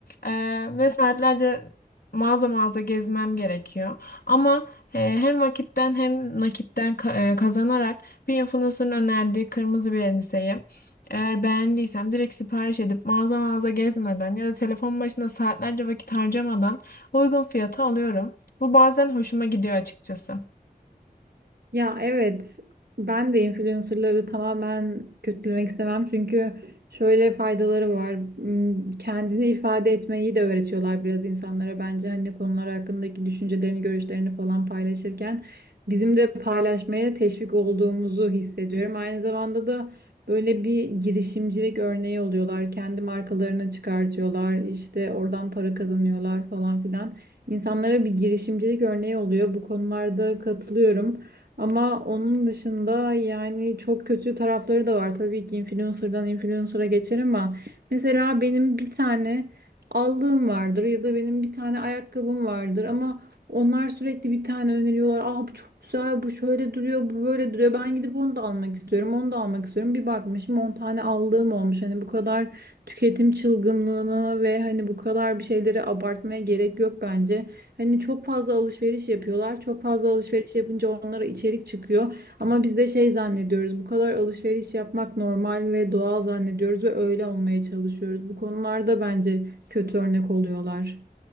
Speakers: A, on the left; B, on the right.
A: E, ve saatlerce mağaza mağaza gezmem gerekiyor. Ama e, hem vakitten hem nakitten ka- e, kazanarak bir influencer'ın önerdiği kırmızı bir elbiseyi eğer beğendiysem direkt sipariş edip mağaza mağaza gezmeden ya da telefon başında saatlerce vakit harcamadan uygun fiyata alıyorum. Bu bazen hoşuma gidiyor açıkçası.
B: Ya evet ben de influencerları tamamen kötülemek istemem çünkü şöyle faydaları var. Hmm, Kendini ifade etmeyi de öğretiyorlar biraz insanlara bence hani konular hakkındaki düşüncelerini, görüşlerini falan paylaşırken bizim de paylaşmaya teşvik olduğumuzu hissediyorum. Aynı zamanda da böyle bir girişimcilik örneği oluyorlar. Kendi markalarını çıkartıyorlar, işte oradan para kazanıyorlar falan filan. İnsanlara bir girişimcilik örneği oluyor. Bu konularda katılıyorum. Ama onun dışında yani çok kötü tarafları da var. Tabii ki influencer'dan influencer'a geçer ama mesela benim bir tane aldığım vardır ya da benim bir tane ayakkabım vardır ama onlar sürekli bir tane öneriyorlar. Aa bu çok güzel, bu şöyle duruyor, bu böyle duruyor. Ben gidip onu da almak istiyorum, onu da almak istiyorum. Bir bakmışım 10 tane aldığım olmuş. Hani bu kadar tüketim çılgınlığına ve hani bu kadar bir şeyleri abartmaya gerek yok bence. Hani çok fazla alışveriş yapıyorlar. Çok fazla alışveriş yapınca onlara içerik çıkıyor. Ama biz de şey zannediyoruz. Bu kadar alışveriş yapmak normal ve doğal zannediyoruz ve öyle olmaya çalışıyoruz. Bu konularda bence kötü örnek oluyorlar.